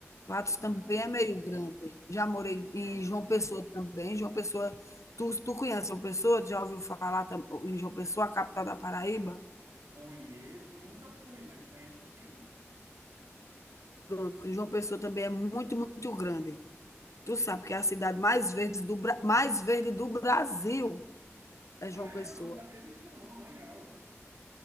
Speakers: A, on the left; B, on the right.
A: Patos
B: Ah,
A: também é meio grande. Já morei
B: já
A: em
B: ouvi.
A: João Pessoa também. João Pessoa, tu, tu conhece João Pessoa? Já ouviu falar tam- em João Pessoa, a capital da Paraíba?
B: conheço, nunca fui, mas conheço sim.
A: Pronto, João Pessoa também é muito, muito grande. Tu sabe que é a cidade mais verde do, mais verde do Brasil é
B: Ah,
A: João Pessoa.
B: é? Eu não sabia disso não, legal.